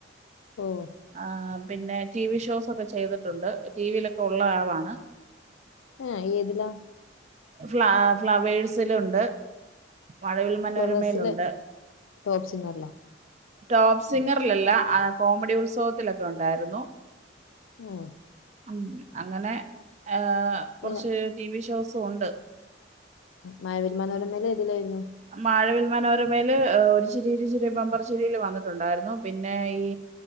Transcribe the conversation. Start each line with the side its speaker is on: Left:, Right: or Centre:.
Left: ഓഹ്.
Right: ആഹ്, പിന്നെ ടി വി ഷോസ് ഒക്കെ ചെയ്തിട്ടുണ്ട് ടിവിയിലൊക്കെ ഉള്ള ആളാണ്.
Left: ആഹ് ഏതിലാ?
Right: ഫ്ലാ ഫ്ലവേഴ്സിലുണ്ട്. മഴവിൽ മനോരമയിലുണ്ട്
Left: ഫ്ലവേഴ്സില് ടോപ് സിംഗറിലോ?
Right: ടോപ്പ് സിംഗറിലല്ല ആ കോമഡി ഉത്സവത്തിലൊക്കെ ഉണ്ടായിരുന്നു.
Left: ഉം.
Right: ഉം അങ്ങനെ ഏഹ് കുറച്ച്
Left: പിന്നെ
Right: ടിവി ഷോസും ഉണ്ട്.
Left: മഴവിൽ മനോരമയിലേതിലായിരുന്നു?
Right: മഴവിൽ മനോരമയിൽ ഒരു ചിരി ഇരു ചിരി ബമ്പർച്ചിരിയിൽ വന്നിട്ടുണ്ടായിരുന്നു, പിന്നെ ഈ